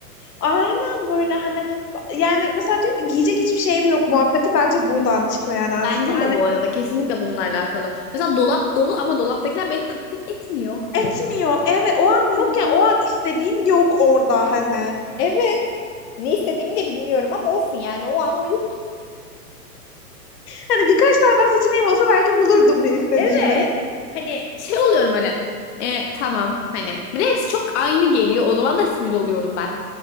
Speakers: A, on the left; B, on the left.
A: aynen böyle hani yani mesela diyorum ki giyecek hiçbir şeyim yok muhabbeti bence buradan çıkıyor yani aslında.
B: Bence
A: Hani
B: de bu arada kesinlikle bununla alakalı. Mesela dolap dolu ama dolaptakiler beni tatmin etmiyor. Hani
A: etmiyor. Evet o an yok
B: yani.
A: ya o an istediğim yok orada hani.
B: Evet. Ne istediğimi de bilmiyorum ama olsun yani o an o yok.
A: Hani birkaç tane daha seçeneğim olsa belki bulurdum ne istediğimi.
B: Evet. Hani şey oluyorum öyle. E, tamam hani. Bir de hepsi çok aynı geliyor. O zaman da sinir oluyorum ben.